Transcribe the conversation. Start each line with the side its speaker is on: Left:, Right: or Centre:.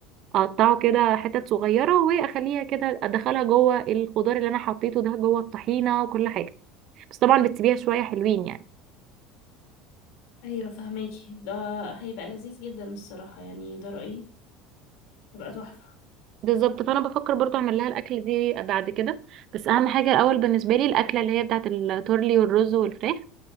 Right: اقطعه كده حتت صغيرة واخليها كده ادخلها جوه الخضار اللي انا حطيته ده جوه الطحينة وكل حاجة بس طبعا بتسيبيها شوية حلوين يعني
Left: ايوه فهماكي ده هيبقى لذيذ جدا الصراحه يعني ده رايي هيبقى تحفه
Right: بالظبط فانا بفكر برضو اعمل لها الاكل دي بعد كده بس اهم حاجه الاول بالنسبه لي الاكله اللي هي بتاعه التورلي والرز والفراخ